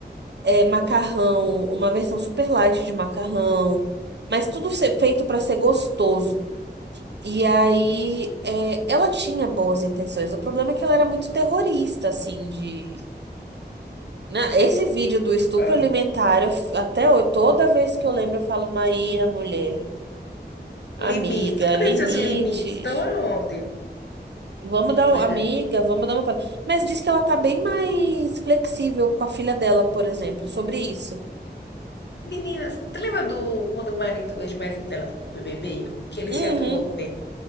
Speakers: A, on the right; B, on the left.
A: é, macarrão, uma versão super light de macarrão, mas tudo ser feito para ser gostoso. E aí, é, ela tinha boas intenções. O problema é que ela era muito terrorista, assim, de. Na- Esse vídeo do estupro
B: É.
A: alimentar, eu f- até hoje, toda vez que eu lembro, eu falo, Maíra, mulher,
B: Limites.
A: amiga,
B: Cadê
A: limites.
B: seus limites? Estão aonde?
A: Vamos dar,
B: Pois
A: um- amiga,
B: é.
A: vamos dar uma. pa-". Mas diz que ela tá bem mais flexível com a filha dela, por exemplo, sobre isso.
B: Meninas, tu lembra do quando o marido, o ex-marido dela foi pro BBB? Que ele
A: Uhum,
B: se atolou a comer